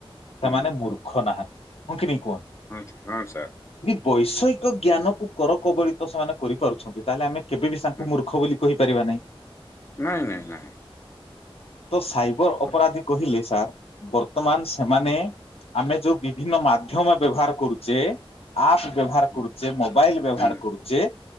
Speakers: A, on the left; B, on the left.
A: ସେମାନେ
B: ହୁଁ
A: ମୂର୍ଖ ନାହାନ୍ତି ହଁ କି ନାଇଁ -
B: ହୁଁ ହଁ ସାର୍
A: ବୈଷୟିକ ଜ୍ଞାନକୁ କର କବଳିତ ସେମାନେ କରିପାରୁଛନ୍ତି ତାହେଲେ ଆମେ କେବେ ବି ତାଙ୍କୁ
B: ହୁଁ
A: ମୂର୍ଖ ବୋଲି କହିପାରିବା ନାହିଁ।
B: ନାଇଁ ନାଇଁ ନାଇଁ
A: ତ ସାଇବର ଅପରାଧୀ
B: ଅ
A: କହିଲେ ସାର୍ ବର୍ତ୍ତମାନ ସେମାନେ ଆମେ ଯୋଉ ବିଭିନ୍ନ ମାଧ୍ୟମ ବ୍ୟବହାର କରୁଚେ ଆପ ବ୍ୟବହାର
B: ହୁଁ
A: କରୁଚେ ମୋବାଇଲ ବ୍ୟବହାର
B: ହୁଁ
A: କରୁଚେ